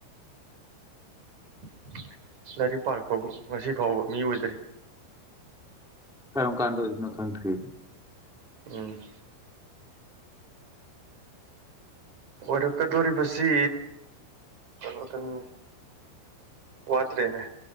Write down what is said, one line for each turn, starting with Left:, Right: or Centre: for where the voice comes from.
Right: <inaudible> ꯂꯥꯏꯔꯤꯛ ꯄꯥꯔꯛꯄꯕꯨ ꯉꯁꯤ ꯐꯥꯎꯕ ꯃꯤ ꯑꯣꯏꯗꯔꯤ
Centre: ꯈꯔꯝ ꯀꯥꯟꯗ ꯏꯗꯨꯅ ꯈꯔꯪ ꯊ
Right: ꯎꯝ ꯑꯣꯏꯔꯛꯀꯗꯣꯔꯤꯕꯁꯤ ꯀꯩꯅꯣꯗꯅꯤ ꯋꯥꯠꯇꯔꯔꯤꯅꯦ